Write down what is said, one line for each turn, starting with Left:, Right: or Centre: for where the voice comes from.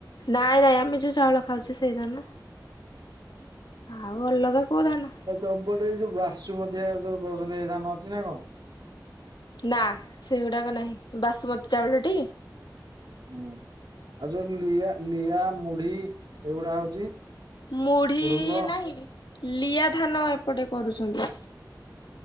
Left: ନାଇଁ ନାଇଁ ଆମେ ଯୋଉ ଚାଉଳ ଖାଉଛେ ସେଇ ଧାନ। ଆଉ ଅଲଗା କୋଉ ଧାନ?
Right: ଆଉ ତମ ପଟେ ଏଇ ଯୋଉ ବାସୁମତିଆ ଯୋଉ କହୁଛନ୍ତି ଏଇ ଧାନ ଅଛି ନା କଣ?
Left: ନା, ସେଇଗୁଡ଼ାକ ନାହିଁ। ବାସୁମତୀ ଚାଉଳଟି?
Right: ହୁଁ, ଆଉ ଯୋଉ ଲିଆ ଲିଆ, ମୁଢି ଏଇଗୁଡା ହଉଛି?
Left: ମୁଢି-ଇ-ଇ
Right: ହୁଡୁମ୍ବ
Left: ନାହିଁ, ଲିଆ ଧାନ ଏପଟେ କରୁଛନ୍ତି।